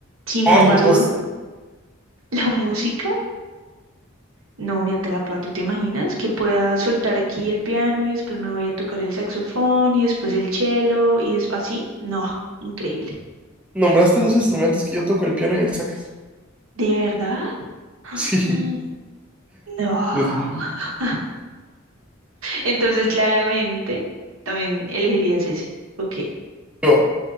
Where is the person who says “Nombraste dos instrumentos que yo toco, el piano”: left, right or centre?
Centre